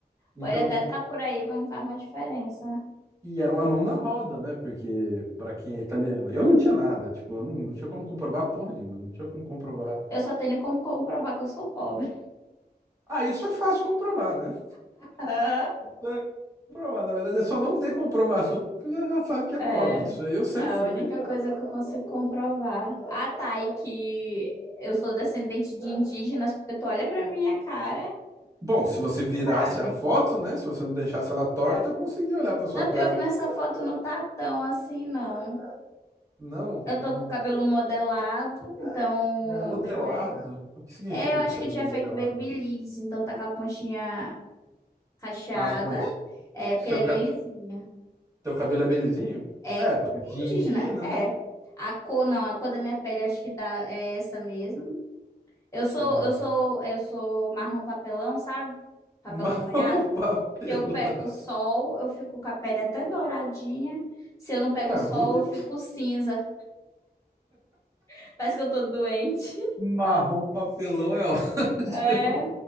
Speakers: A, on the right; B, on the left.
A: Então
B: Pode até estar por aí, mas não faz mais diferença.
A: E era uma mão na roda, né? Porque pra quem é italiano, eu não tinha nada, tipo, eu não, não tinha como comprovar porra nenhuma, não tinha como comprovar.
B: Eu só tenho como comprovar que eu sou pobre.
A: Ah, isso é fácil comprovar, né?
B: <laughs> Hã?
A: Não é comprovar, na verdade é só não ter comprovação, porque você já sabe que é
B: É,
A: pobre. Isso aí eu sempre
B: a
A: fui.
B: única coisa que eu consigo comprovar. Ah, tá, e que eu sou descendente de indígenas, porque tu olha pra minha cara,
A: Bom, se você virasse
B: sabe?
A: a foto, né? Se você não deixasse ela torta, eu conseguia olhar pra sua
B: Não,
A: cara.
B: pior que nessa foto não tá tão assim, não.
A: Não,
B: Eu
A: não-
B: tô com o cabelo modelado, então.
A: modelado.
B: Deixa eu ver.
A: O que significa
B: É, eu acho
A: cabelo
B: que eu tinha
A: modelado?
B: feito babyliss, então tá com a pontinha cacheada.
A: Ah, as pontes.
B: É, porque
A: Seu,
B: ele é
A: ca-
B: bem lisinho.
A: seu cabelo é bem lisinho?
B: É
A: É, porque
B: indígena,
A: de indígena,
B: é.
A: né?
B: A cor, não, a cor da minha pele acho que dá, é essa mesmo. Eu sou,
A: É,
B: eu sou, eu sou marrom papelão, sabe? Papelão
A: Marrom
B: molhado.
A: <laughs> papelão.
B: Se eu pego o sol, eu fico com a pele até douradinha. Se eu não pego
A: Ué,
B: o sol,
A: bonito.
B: eu fico cinza. <laughs> Parece que eu tô doente.
A: Marrom papelão é <laughs> ótimo.
B: É,